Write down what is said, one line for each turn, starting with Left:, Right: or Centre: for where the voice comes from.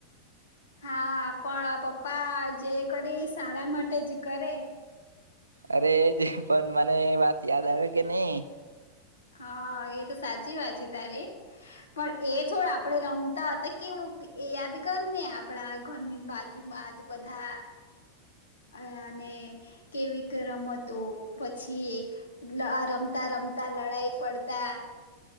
Left: હા, પણ પપ્પા જે કરી સારા માટે જ કરે.
Right: અરે એજ પણ મને એ વાત યાદ આવે કે નહી.
Left: હા, એ તો સાચી વાત છે તારી. પણ એ છોડ આપડે રમતા હતા કેવું એ યાદ કર ને આપડા ઘરની બાજુમાંજ બધા અહ અને કેવી રમતો પછી રમતા રમતા લડાઈ ફડતા.